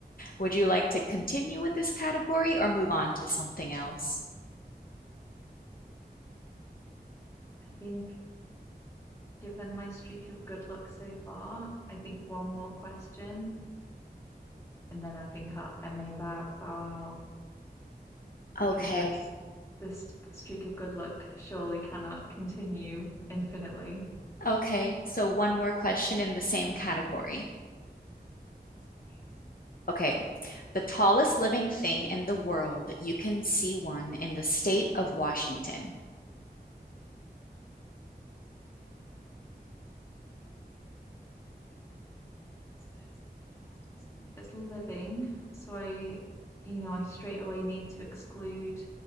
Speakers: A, on the left; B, on the left.
A: Would you like to continue with this category or move on to something else?
B: think given my streak of good luck so far, I think one more question and then I think I, I may bow bow out. because
A: Okay.
B: this this streak of good luck surely cannot continue infinitely.
A: Okay, so one more question in the same category.
B: Yes, please.
A: Okay, the tallest living thing in the world, you can see one in the state of Washington.
B: Oh, so it's it has to be something that's living, so I, you know, I straight away need to exclude,